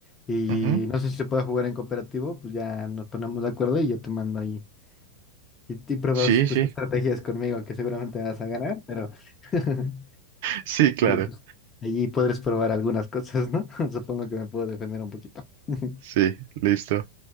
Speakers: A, on the left; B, on the right.
A: y
B: Ujú.
A: no sé si se puede jugar en cooperativo, pues ya nos ponemos de acuerdo y yo te mando ahí y, y pruebas
B: Sí,
A: tus
B: sí,
A: estrategias conmigo, que seguramente vas a ganar, pero, <laughs>
B: sí, claro.
A: pero pues allí podrás probar algunas cosas, ¿no? <laughs> Supongo que me puedo defender un poquito. <laughs>
B: Sí, listo.